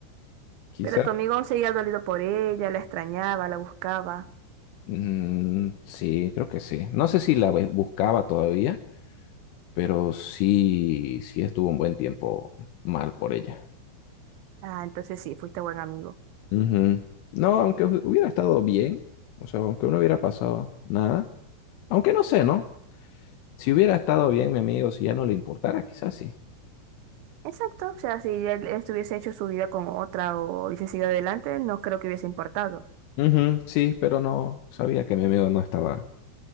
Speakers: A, on the left (about 75°); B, on the right (about 90°).
A: Quizá,
B: Pero tu amigo seguía dolido por ella, la extrañaba, la buscaba.
A: mm, sí, creo que sí. No sé si la bu- buscaba todavía, pero sí, sí estuvo un buen tiempo mal por ella.
B: Ah, entonces sí, fuiste buen amigo.
A: Ujú. No, aunque hu- hubiera estado bien, o sea, aunque no hubiera pasado nada, aunque no sé, ¿no? Si hubiera estado bien mi amigo, si ya no le importara, quizás sí.
B: Exacto, o sea, si él estuviese hecho su vida con otra o hubiese seguido adelante, no creo que hubiese importado.
A: Ujú, sí, pero no sabía que mi amigo no estaba,